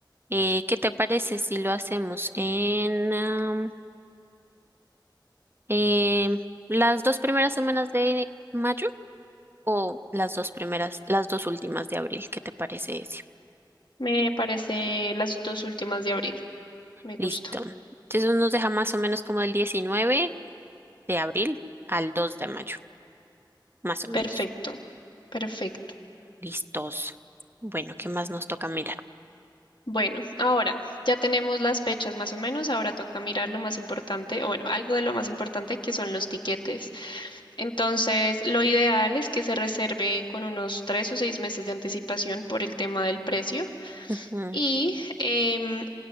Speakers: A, on the right; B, on the left.
A: Eh, ¿qué te parece si lo hacemos en am, em, las dos primeras semanas de mayo o las dos primeras, las dos últimas de abril? ¿Qué te parece, ese?
B: Me parece las dos últimas de abril. Me gusta.
A: Listo. Entonces nos deja más o menos como el diecinueve de abril al 2 de mayo, más o
B: Perfecto,
A: menos.
B: perfecto.
A: Listos. Bueno, ¿qué más nos toca mirar?
B: Bueno, ahora ya tenemos las fechas más o menos. Ahora toca mirar lo más importante, o bueno, algo de lo más importante que son los tiquetes. Entonces, lo ideal es que se reserve con unos tres o seis meses de anticipación por el tema del precio
A: Ujú.
B: y em,